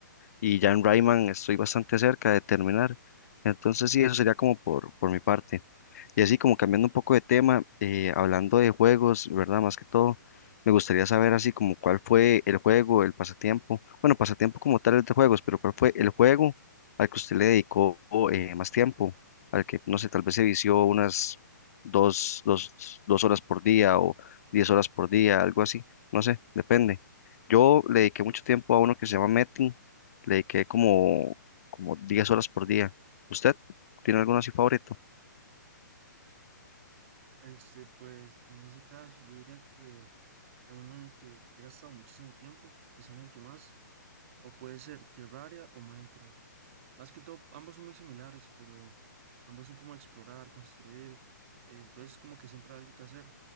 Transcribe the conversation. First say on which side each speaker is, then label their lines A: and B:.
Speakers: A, on the left; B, on the right.
A: y ya en Rayman estoy bastante cerca de terminar. Entonces sí, eso sería como por, por mi parte. Y así como cambiando un poco de tema, eh, hablando de juegos, ¿verdad? Más que todo, me gustaría saber así como cuál fue el juego, el pasatiempo, bueno, pasatiempo como tal es de juegos, pero cuál fue el juego al que usted le dedicó eh, más tiempo, al que, no sé, tal vez se vició unas dos, dos, dos horas por día o diez horas por día, algo así, no sé, depende. Yo le dediqué mucho tiempo a uno que se llama Metin, le dediqué como, como diez horas por día. ¿Usted tiene alguno así favorito?
B: Este, pues en ese caso yo diría que es uno en el que he gastado muchísimo tiempo, quizá en el que más, o puede ser Terraria o Minecraft. Más que todo, ambos son muy similares, pero ambos son como explorar, construir, eh, entonces como que siempre hay algo que hacer.